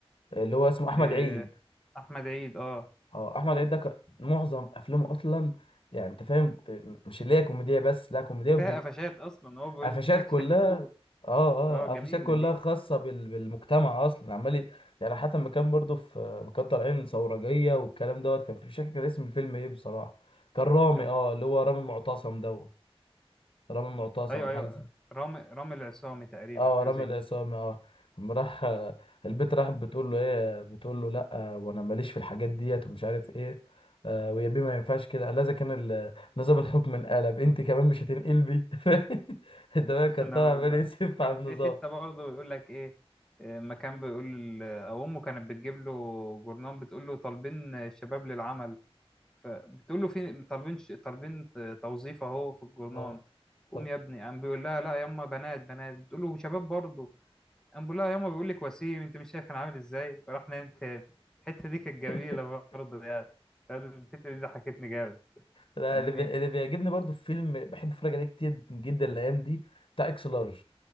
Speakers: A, on the left; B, in the centre.
A: اللي هو اسمه
B: آه،
A: احمد عيد
B: احمد عيد اه
A: اه احمد عيد ده كان معظم افلامه اصلا يعني انت فاهم آه، مش اللي هي كوميديا بس لا كوميديا
B: فيها قفشات اصلا هو بيقول
A: قفشات
B: لك
A: كلها
B: شكله هو
A: اه
B: اه جميله
A: اه قفشات كلها
B: دي
A: خاصة بال... بالمجتمع اصلا عمال ي- يعني حتى لما كان برضو في لما كان طالعين ثورجية والكلام دوت كان في مش فاكر كان اسم الفيلم ايه بصراحة كان رامي
B: طب-
A: اه اللي هو رامي معتصم دوت رامي معتصم
B: ايوه
A: حاجة
B: ايوه
A: زي
B: رامي رامي العصامي تقريبا
A: اه
B: حاجه
A: رامي
B: زي
A: العصامي
B: كده
A: اه لما راح <laughs> آه، البت راح بتقول له ايه بتقول له لا آه، وانا ماليش في الحاجات ديت ومش عارف ايه آه ويا بيه ما ينفعش كده لازم كان ال- نظام الحكم انقلب انت كمان مش هتنقلبي <laughs> انت بقى
B: <laughs>
A: كان
B: أنا-
A: طالع عمال
B: لا
A: يسف على
B: كان
A: النظام
B: في حته برضه بيقول لك ايه آه، ما كان بيقول ل- او امه كانت بتجيب له جورنان بتقول له طالبين الشباب للعمل فبتقول له في طالبين ش- طالبين ت- توظيف اهو في الجورنان
A: اه
B: قوم
A: اه
B: يا ابني قام بيقول لها لا يما بنات بنات بتقول له شباب برضه قام بيقول لها يما بيقول لك وسيم انت مش شايف انا عامل ازاي وراح نايم تاني الحته دي كانت جميله
A: <laughs>
B: برضه يعني الحته دي ضحكتني جامد
A: لا
B: فاهمني
A: اللي بي- اللي بيعجبني برضو في فيلم بحب اتفرج عليه كتير جدا الايام دي بتاع اكس لارج